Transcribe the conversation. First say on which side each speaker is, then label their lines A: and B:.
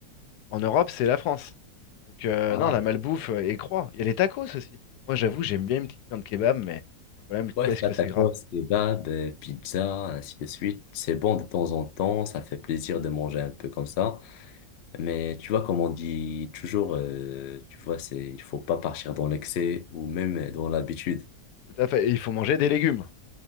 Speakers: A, on the left (about 85°); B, on the left (about 65°).
A: En Europe, c'est la France. Donc euh,
B: Ah.
A: non, la malbouffe euh, et croît. Il y a les tacos aussi. Moi, j'avoue, j'aime bien une petite viande kebab, mais le problème,
B: Ouais,
A: qu'est-ce
B: ça
A: que
B: tacos,
A: c'est gras.
B: kebab, euh, pizza, ainsi de suite. C'est bon de temps en temps, ça fait plaisir de manger un peu comme ça. Mais tu vois, comme on dit toujours, euh, tu vois, c'est, il faut pas partir dans l'excès ou même dans l'habitude.
A: Tout à fait. Et il faut manger des légumes.